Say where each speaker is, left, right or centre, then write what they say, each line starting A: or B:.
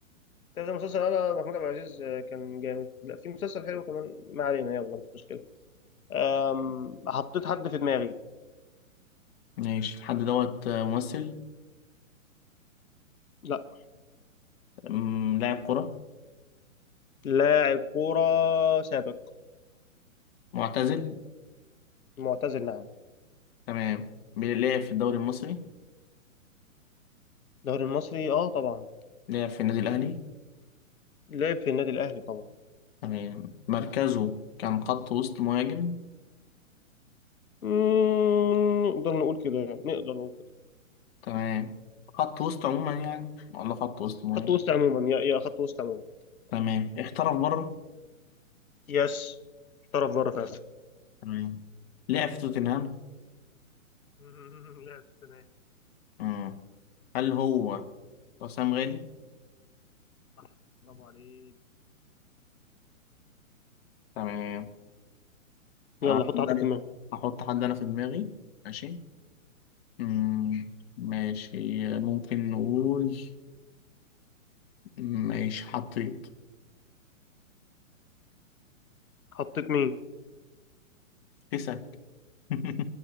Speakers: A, on the left; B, on the left.
A: كذا مسلسل انا محمود عبد العزيز كان جامد لا في مسلسل حلو كمان ما علينا يلا مش مشكله أم... حطيت حد في دماغي
B: ماشي الحد دوت ممثل
A: لا
B: أمم، لاعب كرة
A: لاعب كوره سابق
B: معتزل
A: معتزل نعم
B: تمام لعب في الدوري المصري
A: الدوري المصري اه طبعا
B: لعب في النادي الأهلي
A: لعب في النادي الأهلي طبعا
B: تمام مركزه كان خط وسط مهاجم
A: مم، نقدر نقول كده يعني نقدر نقول كده
B: تمام خط وسط عموما يعني ولا خط وسط مهاجم
A: خط وسط عموما يا يا خط وسط عموما
B: تمام احترف بره
A: يس احترف بره فعلا
B: تمام لعب في توتنهام
A: <laughs> لعب تمام
B: مم. هل هو حسام غالي
A: صح برافو عليك
B: تمام
A: يلا
B: آه،
A: حط
B: أنا
A: حد في دماغك
B: هحط حد أنا في دماغي ماشي مم. ماشي ممكن نقول ماشي حطيت
A: حطيت مين
B: تسأل <laughs>